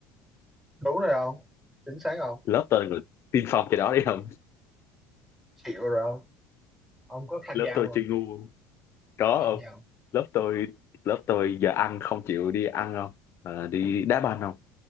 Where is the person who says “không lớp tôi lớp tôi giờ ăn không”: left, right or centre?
Left